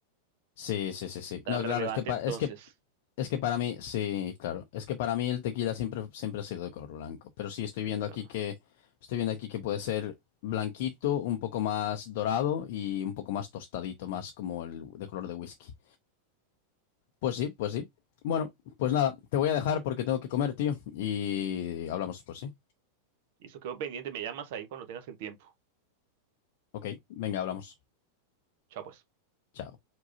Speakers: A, on the left; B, on the right.
A: Sí, sí, sí, sí.
B: tan
A: No,
B: relevante
A: claro, es que, pa-
B: entonces.
A: es que, es que para mí, sí, claro, es que para mí el tequila siempre, siempre ha sido de color blanco. Pero sí, estoy
B: Sí,
A: viendo
B: no,
A: aquí
B: no.
A: que, estoy viendo aquí que puede ser blanquito, un poco más dorado y un poco más tostadito, más como el de color de whisky. Pues sí, pues sí. Bueno, pues nada, te voy a dejar porque tengo que comer, tío. Y hablamos, pues sí.
B: Y eso quedó pendiente, me llamas ahí cuando tengas el tiempo.
A: Ok, venga, hablamos.
B: Chao, pues.
A: Chao.